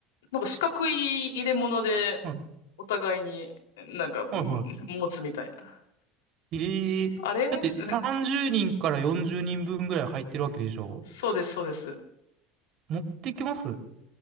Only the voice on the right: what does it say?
はい
はいはい。ええだって30人から40人分ぐらい入ってるわけでしょ
持ってきます